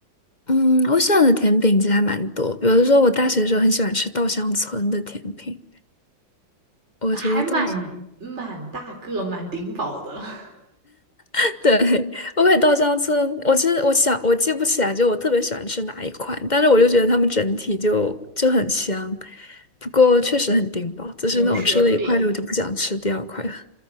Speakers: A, on the left; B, on the right.
A: 嗯，我喜欢的甜品其实还蛮多，比如说我大学的时候很喜欢吃稻香村的甜品，我觉得稻
B: 还蛮蛮大个、蛮顶饱的 <laughs>
A: <laughs> 对，我感觉稻香村，我其实我想我记不起来，就我特别喜欢吃哪一款，但是我就觉得他们整体就就很香，不过确实很顶饱，就是那种吃了一块之后就不想吃第二块了。
B: 牛舌饼。